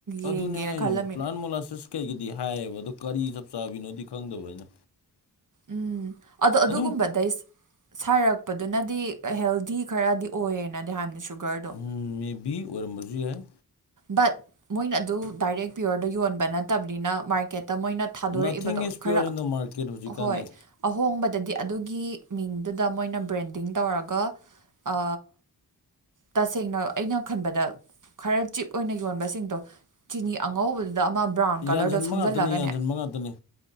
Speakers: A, on the right; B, on the left.
A: ꯌꯦꯡꯒꯦꯅ
B: ꯑꯗꯨꯅꯦ ꯍꯥꯏꯖꯦ
A: ꯈꯜꯂꯝꯃꯤꯅꯦ
B: ꯄ꯭ꯂꯥꯟ ꯃꯣꯂꯥꯁꯤꯁ ꯀꯩꯒꯤꯗꯤ ꯍꯥꯏꯌꯦꯕ ꯑꯗꯣ ꯀꯔꯤ ꯆꯞ ꯆꯥꯕꯤꯅꯣꯗꯤ ꯈꯪꯗꯕ ꯑꯩꯅ
A: ꯎꯝ ꯑꯗꯣ ꯑꯗꯨꯒꯨꯝꯕꯗꯩꯁ
B: ꯑꯗꯨꯝ
A: ꯁꯥꯔꯛꯄꯗꯨꯅꯗꯤ ꯍꯦꯜꯗꯤ ꯈꯔꯗꯤ ꯑꯣꯏꯌꯦꯅꯗꯤ ꯍꯥꯏꯕꯅꯤ ꯁꯨꯒꯔꯗꯣ
B: ꯎꯝ ꯃꯦꯕꯤ ꯑꯣꯏꯔꯝꯕꯖꯨ ꯌꯥꯏ
A: ꯕꯠ ꯃꯣꯏꯅ ꯑꯗꯨ ꯗꯥꯏꯔꯦꯛ ꯄꯤꯌꯣꯔꯗ ꯌꯣꯟꯕ ꯅꯠꯇꯕꯅꯤꯅ ꯃꯥꯔꯀꯦꯠꯇ ꯃꯣꯏꯅ ꯊꯥꯗꯣꯔꯛꯏꯕꯗꯣ
B: ꯅꯊꯤꯡ ꯏꯁ
A: ꯈꯔ
B: ꯄꯤꯌꯣꯔ ꯏꯟ ꯗ ꯃꯥꯔꯀꯦꯠ ꯍꯧꯖꯤꯛꯀꯥꯟꯗꯤ
A: ꯍꯣꯏ ꯑꯍꯣꯡꯕꯗꯗꯤ ꯑꯗꯨꯒꯤ ꯃꯤꯡꯗꯨꯗ ꯃꯣꯏꯅ ꯕ꯭ꯔꯦꯟꯗꯤꯡ ꯇꯧꯔꯒ ꯑ ꯇꯁꯦꯡꯅ ꯑꯩꯅ ꯈꯟꯕꯗ ꯈꯔ ꯆꯤꯞ ꯑꯣꯏꯅ ꯌꯣꯟꯕꯁꯤꯡꯗꯣ ꯆꯤꯅꯤ ꯑꯉꯧꯕ ꯗ ꯑꯃ ꯕ꯭ꯔꯥꯎꯟ ꯀꯂꯔꯗꯣ
B: ꯌꯥꯟꯁꯤꯟꯕ
A: ꯁꯪꯖꯜꯂꯒꯅꯦ
B: ꯉꯥꯛꯇꯅꯤ ꯌꯥꯟꯁꯤꯟꯕ ꯉꯥꯛꯇꯅꯤ